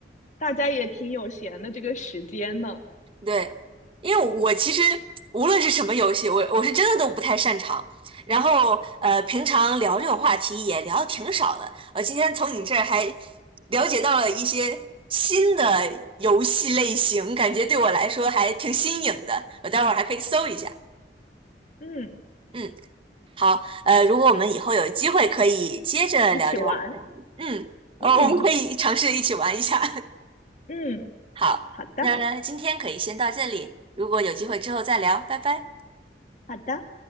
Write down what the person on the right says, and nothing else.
对，因为我其实无论是什么游戏，我我是真的都不太擅长。然后呃，平常聊这种话题也聊的挺少的。我今天从你这儿还了解到了一些新的游戏类型，感觉对我来说还挺新颖的。我待会儿还可以搜一下。
嗯，好，呃，如果我们以后有机会可以接着聊这个话题，
嗯，呃，
我们可以尝试一起玩一下。
<laughs> 好，
那今天可以先到这里，如果有机会之后再聊，拜拜。